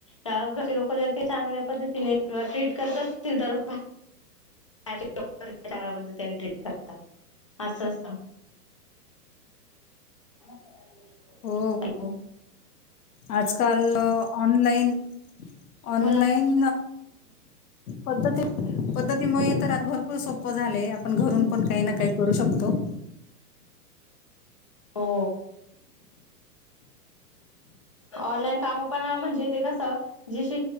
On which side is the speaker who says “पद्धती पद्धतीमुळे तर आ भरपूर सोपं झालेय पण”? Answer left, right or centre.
Left